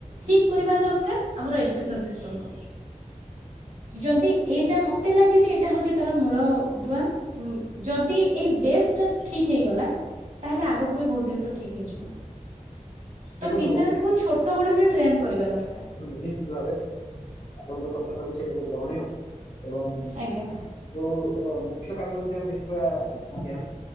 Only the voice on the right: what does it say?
ଠିକ କରିବା ଦରକାର ଆମର ଏଜୁକେସନ୍ ସିଷ୍ଟମକୁ ଯଦି ଏଇଟା ମୋତେ ଲାଗେ ଯେ ଏଇଟା ହେଉଛି ତାର ମୂଳଦୁଆ। ଉଁ ଯଦି ଏ ବେସ୍ ଟ୍ୟାକ୍ସ ଠିକ୍ ହେଇଗଲା ତାହେଲେ ଆଗକୁ ବି ବହୁତ ଜିନିଷ ଠିକ୍ ହେଇଯିବ।
ତ ପିଲାଙ୍କୁ ଛୋଟବେେଳୁ ହିଁ ଟ୍ରେଣ୍ଡ କରିବା ଦରକାର।
ଆଜ୍ଞା